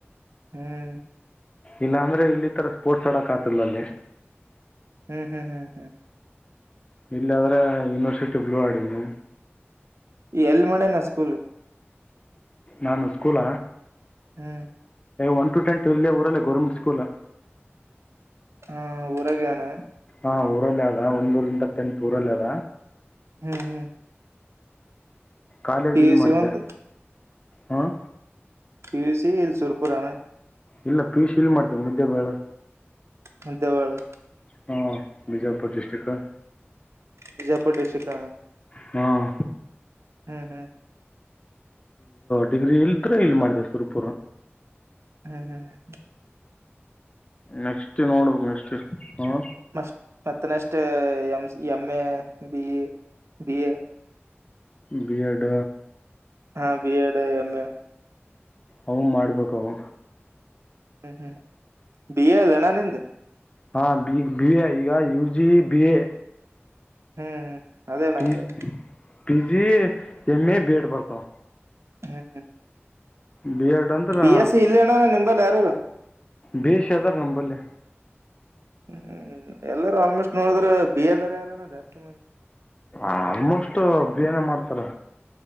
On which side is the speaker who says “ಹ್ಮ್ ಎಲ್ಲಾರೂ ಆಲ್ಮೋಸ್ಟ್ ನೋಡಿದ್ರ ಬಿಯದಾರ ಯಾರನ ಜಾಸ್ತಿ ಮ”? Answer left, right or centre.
Right